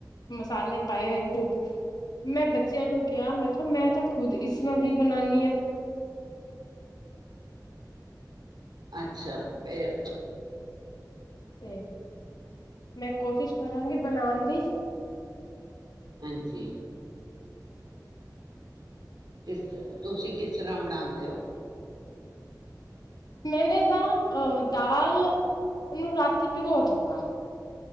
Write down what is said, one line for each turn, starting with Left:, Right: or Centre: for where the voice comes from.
Left: ਮਸ ਸਾਲੇ ਪਾਏ ਹੋਏ। ਖੂਬ ਮੈਂ ਬੱਚਿਆਂ ਨੂੰ ਕਿਹਾ ਮੈਂ ਕਿਹਾ ਮੈਂ ਤਾਂ ਖੁਦ ਇਸਰ੍ਹਾਂ ਦੀ ਬਨਾਣੀ ਆਂ।
Right: ਅੱਛਾ, ਫੇਰ।
Left: ਤੇ ਮੈਂ ਕੋਸ਼ਿਸ਼ ਕਰਾਂਗੀ ਬਣਾਣ ਦੀ।
Right: ਹਾਂਜੀ, ਕਿਸ ਤੁਸੀਂ ਕਿਸ ਤਰ੍ਹਾਂ ਬਣਾਦੇ ਔ।
Left: ਮੈਨੇ ਤਾਂ ਅਹ ਦਾਲ ਨੂੰ ਰਾਤੀ ਭਿਗੋ ਦਿੱਤਾ।